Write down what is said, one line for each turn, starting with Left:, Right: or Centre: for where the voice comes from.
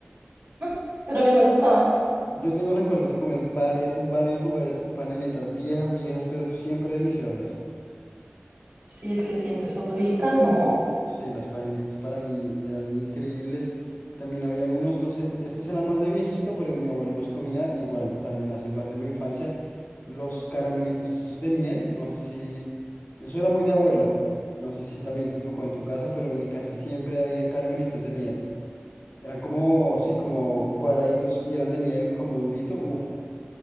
Right: <laughs> Pero a mí me gustaban,
Left: Yo tengo recuerdos de comer varias en varios lugares, panelitas viejas, viejas, pero siempre deliciosas.
Right: sí, es que siempre son ricas, ¿no?
Left: Sí, las panelitas para mí eran increíbles. También habían unos, no sé, estos eran más de viejito, pero mi abuelo los comía igual, también hacen parte de mi infancia. Los caramelitos estos de miel, no sé si, eso era muy de abuelo, no sé si también te tocó en tu casa, pero en mi casa siempre habían caramelitos de miel. Eran como, sí, como cuadraditos y eran de miel, como durito, uff,